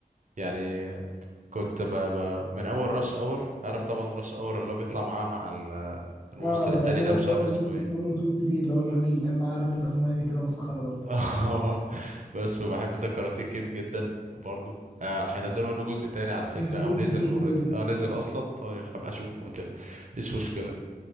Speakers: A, on the right (about 55°); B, on the left (about 25°).
A: يعني كنت ب... ب... من اول راش اور عارف طبعا راش اور اللي هو بيطلع معاه مع ال- الممثل
B: اه
A: التاني
B: اللي هو
A: ده
B: رش
A: مش
B: اونر
A: عارف اسمه
B: 1 و
A: ايه
B: 2 3 اللي هو الراجل اللي كان معاه راجل راسمالي كده مسخرة برضه
A: <laughs> اه بس وبحب ذا كاراتيه كيد جدا برضو آه، هينزلوا منه جزء تاني على فكرة
B: نزل
A: او
B: جزء
A: نزل
B: جديد
A: اوريدي
B: ايوه
A: اه نزل اصلا طيب هبقى اشوفه مت- مفيش مشكلة